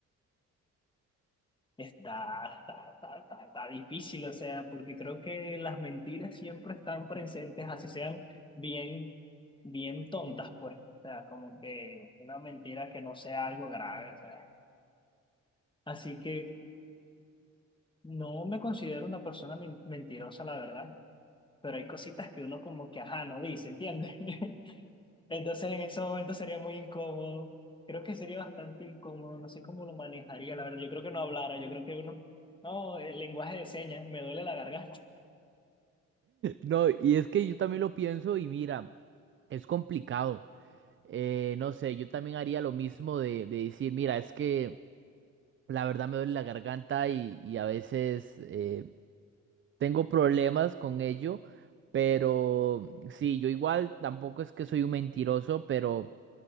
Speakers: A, on the left (about 15°); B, on the right (about 40°).
A: Está, está, está, está, está difícil, o sea, porque creo que las mentiras siempre están presentes, así sean bien, bien tontas, pues, o sea, como que una mentira que no sea algo grave, o sea. Así que no me considero una persona men- mentirosa, la verdad, pero hay cositas que uno como que, ajá, no dice, ¿entiendes? <laughs> Entonces en ese momento sería muy incómodo, creo que sería bastante incómodo, no sé cómo lo manejaría, la verdad, yo creo que no hablara, yo creo que uno... No, el lenguaje de señas, me duele la garganta.
B: No, y es que yo también lo pienso y mira, es complicado. Eh, no sé, yo también haría lo mismo de, de decir, mira, es que la verdad me duele la garganta y, y a veces eh, tengo problemas con ello, pero sí, yo igual tampoco es que soy un mentiroso, pero